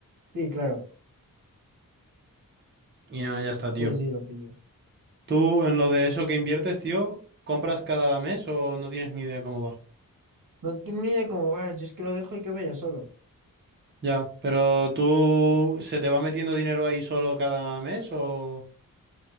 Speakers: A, on the right; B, on the right.
A: Sí, claro.
B: Y nada, ya está,
A: Sí,
B: tío.
A: sí, lo pillo.
B: ¿Tú en lo de eso que inviertes, tío, compras cada mes o no tienes ni idea cómo va?
A: No tengo ni idea cómo va. Yo es que lo dejo y que vaya solo.
B: Ya, pero tú ¿se te va metiendo dinero ahí solo cada mes o...?